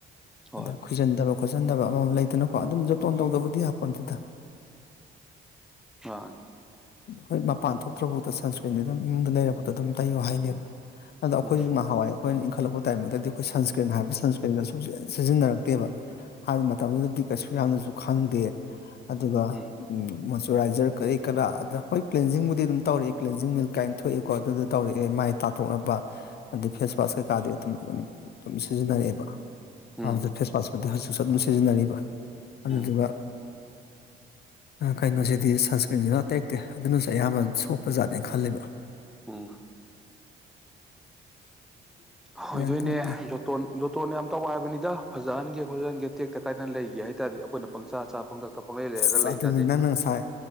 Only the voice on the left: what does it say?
ꯑꯗ ꯈꯖꯟꯗꯕ ꯈꯣꯠꯆꯟꯗꯕ ꯑꯃ ꯑꯃ ꯂꯩꯗꯅꯀꯣ ꯑꯗꯨꯝ ꯖꯣꯇꯣꯟ ꯇꯧꯗꯕꯨꯗꯤ ꯍꯥꯄꯣꯟꯗꯗ
ꯍꯣꯏ ꯃꯄꯥꯟ ꯊꯣꯛꯇ꯭ꯔꯐꯥꯎꯗ ꯁꯟꯁꯀ꯭ꯔꯤꯟꯗꯤ ꯑꯗꯨꯝ ꯏꯃꯨꯡꯗ ꯂꯩꯔꯕꯕꯨꯥꯎꯗ ꯑꯗꯨꯝ ꯇꯩꯌꯣ ꯍꯥꯏ ꯅꯦꯃ ꯑꯗꯣ ꯑꯩꯈꯣꯏꯁꯨ
ꯅꯍꯋꯥꯏ ꯑꯩꯈꯣꯏꯅ ꯏꯟꯈꯠꯂꯛꯄ ꯇꯥꯏꯃꯤꯡꯗꯗꯤ ꯑꯩꯈꯣꯏ ꯁꯟꯁ꯭ꯀ꯭ꯔꯤꯟ ꯍꯥꯏꯕ ꯁꯟꯁ꯭ꯀ꯭ꯔꯤꯟ ꯒ ꯁꯨꯛꯁꯤꯟ ꯁꯤꯖꯤꯟꯅꯔꯛꯇꯦꯕ ꯍꯥꯏꯗꯤ ꯃꯇꯝꯗꯨꯗꯗꯤ ꯀꯩꯁꯨ ꯌꯥꯝꯅꯁꯨ ꯈꯪꯗꯦ ꯑꯗꯨꯒ
ꯃꯣꯏꯆꯨꯔꯥꯏꯖꯔ ꯀꯔꯤ ꯀꯔꯥ ꯑꯗ ꯍꯣꯏ ꯀ꯭ꯂꯤꯟꯖꯤꯡꯕꯨꯗꯤ ꯑꯗꯨꯝ ꯇꯧꯔꯛꯑꯦ ꯀ꯭ꯂꯤꯦꯟꯖꯤꯡ ꯃꯤꯜꯛ ꯀꯥꯏꯅ ꯊꯣꯛꯏ ꯀꯣ ꯑꯗꯨꯗ ꯇꯧꯔꯛꯑꯦ ꯃꯥꯏ ꯇꯥꯊꯣꯛꯅꯕ ꯑꯗꯩ ꯐꯦꯁ ꯋꯥꯁ ꯀꯩꯀꯥꯗꯤ ꯑꯗꯨꯝ ꯑꯗꯨꯝ ꯁꯤꯖꯤꯟꯅꯔꯛꯑꯦꯕ
ꯑꯗꯨ ꯐꯦꯁ ꯋꯥꯁꯄꯨꯗꯤ ꯍꯧꯖꯤꯛꯁꯨ ꯑꯗꯨꯝ ꯁꯤꯖꯤꯟꯅꯔꯤꯕ ꯑꯗꯨꯗꯨꯒ
ꯀꯩꯅꯣꯁꯤꯗꯤ ꯁꯟꯁꯀ꯭ꯔꯤꯟꯁꯤꯅ ꯇꯩꯓꯛꯇꯦ ꯑꯗꯨꯅꯁꯨ ꯑꯌꯥꯝꯕ ꯁꯣꯛꯄ ꯖꯥꯠꯅꯦꯅ ꯈꯜꯂꯦꯕ
<inaudible>
ꯒ꯭ꯌꯥꯟ ꯇꯥꯗꯦ
ꯑꯁ
ꯑꯗꯨꯅꯤ
ꯅꯪꯅ ꯉꯁꯥꯏ